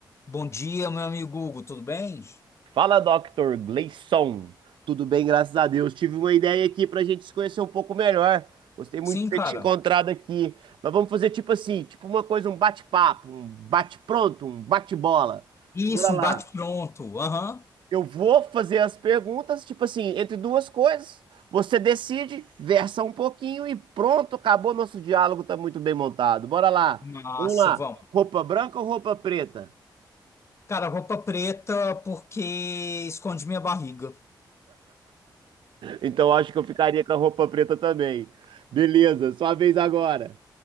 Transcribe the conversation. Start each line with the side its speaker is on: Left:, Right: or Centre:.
Left: Bom dia, meu amigo Hugo, tudo bem?
Right: Fala, Dr. Gleison. Tudo bem, graças a Deus. Tive uma ideia aqui pra gente se conhecer um pouco melhor. Gostei muito
Left: Sim,
Right: de ter
Left: cara.
Right: te encontrado aqui. Mas vamos fazer tipo assim, tipo uma coisa, um bate-papo, um bate-pronto, um bate-bola.
Left: Isso,
Right: Bora
Left: um
Right: lá.
Left: bate-pronto. Aham.
Right: Eu vou fazer as perguntas, tipo assim, entre duas coisas. Você decide, versa um pouquinho e pronto, acabou. Nosso diálogo tá muito bem montado. Bora lá.
Left: Massa,
Right: Vamos lá.
Left: vamos.
Right: Roupa branca ou roupa preta?
Left: Cara, roupa preta porque esconde minha barriga.
Right: Então acho que eu ficaria com a roupa preta também. Beleza, sua vez agora.